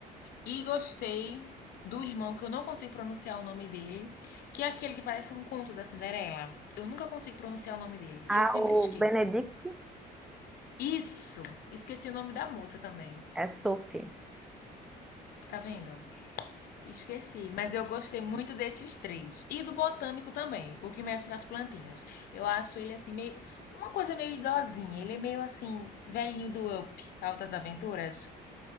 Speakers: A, on the left (about 65°); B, in the centre.
A: E gostei do irmão, que eu não consigo pronunciar o nome dele, que é aquele que parece um conto da Cinderela. Eu nunca consigo pronunciar o nome dele
B: Ah,
A: e eu sempre
B: o
A: esqueço.
B: Benedict
A: Isso! Esqueci o nome da moça também.
B: é Sophie.
A: Tá vendo? Esqueci. Mas eu gostei muito desses três. E do botânico também, o que mexe com as plantinhas. Eu acho ele assim, meio. Uma coisa meio idosinha. Ele é meio assim, velhinho do Up, Altas Aventuras.